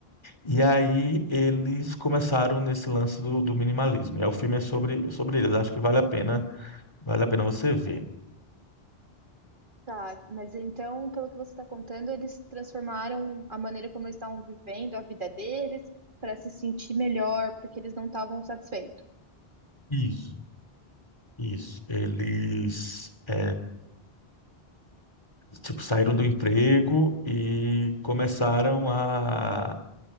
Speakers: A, on the left; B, on the right.
A: E aí eles começaram nesse lance do, do minimalismo. E aí o filme é sobre sobre eles. Acho que vale a pena, vale a pena você ver.
B: Tá, mas então, pelo que você está contando, eles transformaram a maneira como eles estavam vivendo a vida deles para se sentir melhor, porque eles não estavam satisfeitos.
A: Isso, isso. Eles é, tipo saíram do emprego e começaram a